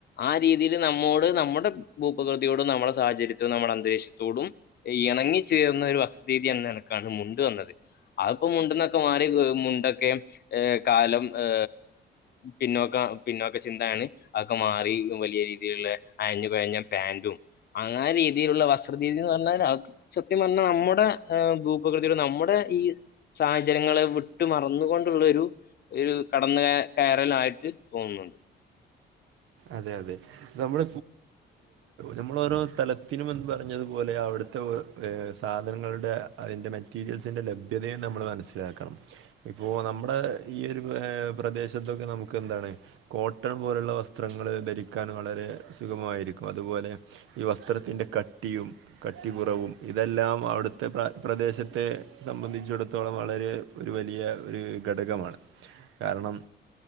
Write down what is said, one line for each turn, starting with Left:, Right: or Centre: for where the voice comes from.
Left: ആ രീതിയിൽ നമ്മോട് നമ്മുടെ ഭൂപ്രകൃതിയോടും നമ്മുടെ സാഹചര്യത്തോട നമ്മുടെ അന്തരീക്ഷത്തോടും. ഇണങ്ങി ചേർന്ന ഒരു വസ ത്ര രീതി എന്ന നിലക്കാണ് മുണ്ടുവന്നത്. അതിപ്പോ മുണ്ട്ന്നൊക്കെ മാറി മുണ്ടൊക്കെ ഏ കാലം ഏ പിന്നോക്ക പിന്നോക്ക ചിന്തയാണ്. അതൊക്കെ മാറി ഇപ്പൊ വലിയ രീതിയിലുള്ള അയഞ്ഞു കൊയഞ്ഞ പാൻറും. അങ്ങനെ രീതിയിലുള്ള വസ്ത്രധീതി എന്ന് പറഞ്ഞാൽ അത്. സത്യം പറഞ്ഞാൽ നമ്മുടെ ഭൂപകൃതിയുടെ നമ്മുടെ ഈ സാഹചര്യങ്ങളെ വിട്ടു മറന്നുകൊണ്ടുള്ള ഒരു. ഒരു കടന്ന് കയറല് ആയിട്ട് തോന്നുന്നുണ്ട്.
Right: അതെ അതെ നമ്മൾ നമ്മളോരോ സ്ഥലത്ത്. ത്തിനുംമുന്ന് പറഞ്ഞതുപോലെ അവിടുത്തെ സാധനങ്ങളുടെ അതിൻ്റെ മെറ്റീരിയൽസിൻ്റെ ലഭ്യതയും നമ്മൾ മനസ്സില ഇലാക്കണം. ഇപ്പോൾ നമ്മുടെ ഈ ഒരു പ്രദേശത്തൊക്കെ നമുക്ക് എന്താണ് കോട്ടൺ പോലുള്ള വസ് വസ്ത്രങ്ങൾ ധരിക്കാൻ വളരെ സുഗമമായിരിക്കും അതുപോലെ ഈ വസ്ത്രത്തിൻ്റെ കട്ടിയും. കട്ടി കുറവും ഇതെല്ലാം അവിടുത്തെ പ്ര പ്രദേശത്തെ സംബന്ധിച്ചിടത്തോളം വളരെ. ഒരു വലിയ ഒരു ഘടകമാണ് കാരണം.